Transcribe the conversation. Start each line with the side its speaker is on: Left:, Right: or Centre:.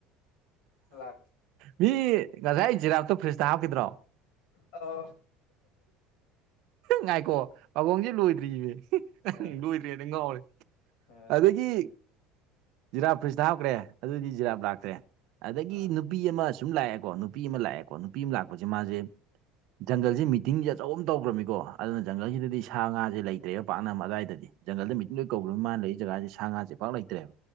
Left: ꯂꯥꯛ
Right: ꯃꯤ ꯉꯁꯥꯏ ꯖꯤꯔꯥꯞꯇꯣ ꯐ꯭ꯔꯤꯖꯇ ꯍꯥꯞꯈꯤꯗ꯭ꯔꯣ
Left: ꯑꯣ
Right: ꯉꯥꯏꯈꯣ ꯄꯥꯈꯣꯡꯁꯦ ꯂꯣꯏꯗ꯭ꯔꯤꯌꯦ
Left: ꯑ
Right: ꯂꯣꯏꯔꯤꯉꯩ ꯉꯥꯎꯔꯦ
Left: ꯑ
Right: ꯑꯗꯒꯤ ꯖꯤꯔꯥꯞ ꯐ꯭ꯔꯤꯖꯇ ꯍꯥꯞꯈ꯭ꯔꯦ ꯑꯗꯨꯑꯣꯏꯗꯤ ꯖꯤꯔꯥꯞ ꯂꯥꯛꯇ꯭ꯔꯦ ꯑꯗꯒꯤ
Left: ꯑ
Right: ꯅꯨꯄꯤ ꯑꯃ ꯁꯨꯝ ꯂꯥꯛꯑꯦꯀꯣ ꯅꯨꯄꯤ ꯑꯃ ꯂꯥꯛꯑꯦꯀꯣ ꯅꯨꯄꯤ ꯑꯃ ꯂꯥꯛꯄꯁꯦ ꯃꯥꯁꯦ ꯖꯪꯒꯜꯁꯦ ꯃꯤꯇꯤꯡꯁꯦ ꯑꯆꯧꯕ ꯇꯧꯈ꯭ꯔꯕꯃꯤꯀꯣ ꯑꯗꯨꯅ ꯖꯪꯒꯜꯁꯤꯗꯗꯤ
Left: ꯎꯝ
Right: ꯁꯥ ꯉꯥꯁꯦ ꯂꯩꯇ꯭ꯔꯦꯕ ꯄꯥꯛꯅ ꯑꯗꯨꯋꯥꯏꯗꯗꯤ ꯖꯪꯒꯜꯗ ꯃꯤꯇꯤꯡ
Left: ꯎꯝ
Right: ꯀꯧꯒ꯭ꯔꯝꯅꯤꯅ ꯃꯥꯅ ꯂꯩꯔꯤ ꯖꯒꯥꯁꯦ ꯁꯥ ꯉꯥꯁꯦ ꯄꯥꯛ ꯂꯩꯇ꯭ꯔꯦꯕ